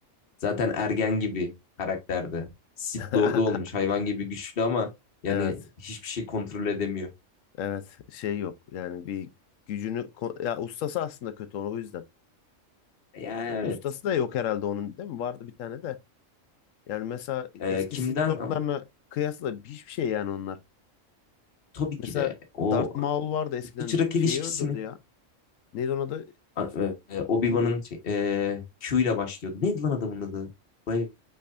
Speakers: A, on the left (about 45°); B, on the left (about 75°).
A: Zaten ergen gibi karakterde. Sith
B: <laughs>
A: Lord'u olmuş hayvan gibi güçlü ama yani
B: Evet.
A: hiçbir şey kontrol edemiyor.
B: Evet. Şey yok. Yani bir gücünü ko- ya ustası aslında kötü onu o yüzden.
A: Ya
B: Ya ustası
A: evet.
B: da yok herhalde onun değil mi? Vardı bir tane de. Yani mesela
A: Ee,
B: eski
A: kimden?
B: Sith Lord'larına
A: Am-
B: kıyasla hiçbir şey yani onlar.
A: Tabii
B: Mesela
A: ki de o
B: Darth Maul vardı eskiden
A: usta çırak
B: şeyi
A: ilişkisini
B: öldürdü ya. Neydi onun adı?
A: A- e, e, Obi-Wan'ın
B: Bin,
A: şey, e, Q ile başlıyordu. Neydi lan adamın adı? Bay-